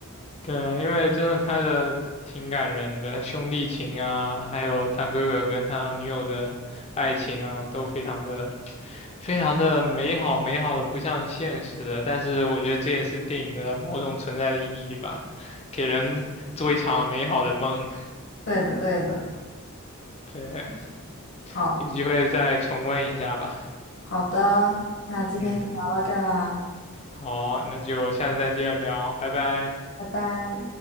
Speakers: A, on the left; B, on the left.
A: 对，因为真的拍的挺感人的，兄弟情啊，还有他哥哥跟他女友的爱情啊，都非常的、非常的美好，美好的不像现实的。但是我觉得这也是电影的某种存在的意义吧，给人做一场美好的梦。
B: 对的，对的，
A: 对，
B: 好
A: 有机会再重温一下吧。
B: 好的，那今天先聊到这儿啦，
A: 嗯，好，那就下次再接着聊，拜拜。
B: 拜拜。